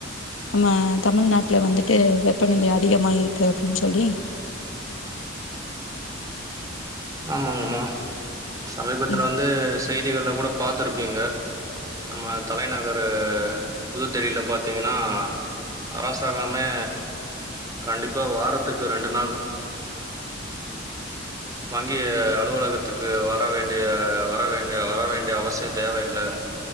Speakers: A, on the left; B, on the right.
A: நம்ம தமிழ்நாட்ல வந்துட்டு வெப்பநிலை அதிகமா இருக்கு அப்டின் சொல்லி
B: ஆமாங்கம்மா சமீபத்துல
A: ம்
B: வந்து செய்திகள்ல கூட பாத்துருப்பீங்க நம்ம தலைநகரு அ புதுதெரில பாத்தீங்னா அரசாங்கமே கண்டிப்பா வாரத்துக்கு ரெண்டு நாள் வங்கி அலுவலகத்துக்கு வர வேண்டிய வர வேண் வர வேண்டிய அவசியோ தேவயில்ல